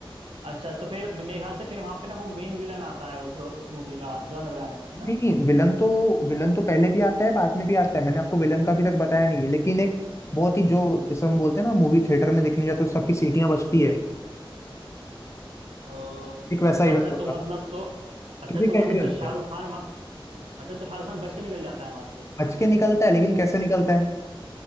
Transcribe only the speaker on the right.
अच्छा तो फिर मे- मेरे ख्याल से फिर वहां पे ना वो मेन विलन आता है उस उस मूवी का जॉन अब्राहम है ना
और
अच्छा
तो मतलब
तो अच्छा
तो
मतलब
तो शाहरुख
खान वहाँ अच्छा तो शाहरुख खान बच के निकल जाता है वहां से